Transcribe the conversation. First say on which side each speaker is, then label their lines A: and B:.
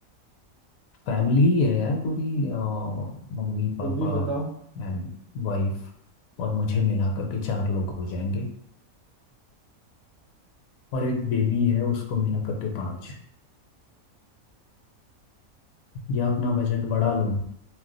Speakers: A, on the left; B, on the right.
A: फैमिली ही है यार पूरी अ, मम्मी
B: फिर
A: पापा
B: भी बताओ
A: एंड वाइफ और मुझे मिला करके चार लोग हो जाएंगे और एक बेबी है उसको मिला करके पाँच या अपना बजट बढ़ा लूँ